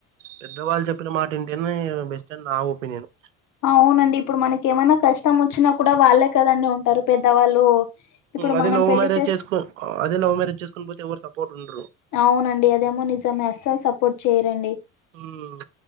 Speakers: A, on the right; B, on the left.
A: పెద్ద వాళ్ళు చెప్పిన మాట వింటేనే బెస్ట్ అని నా ఒపీనియన్
B: అవునండి ఇప్పుడు మనకి ఏమైనా కష్టం వచ్చినా కూడా వాళ్లే కదండీ ఉంటారు పెద్దవాళ్ళు ఇప్పుడు
A: అదే
B: మనం
A: లవ్
B: పెళ్లి
A: మ్యారేజ్
B: చేస్
A: చేసుకో అదే లవ్ మ్యారేజ్ చేసుకోకపోతే ఎవరు సపోర్ట్ ఉండరు
B: అవునండి అదేమో నిజమే అస్సలు సపోర్ట్ చేయరండి
A: ఉమ్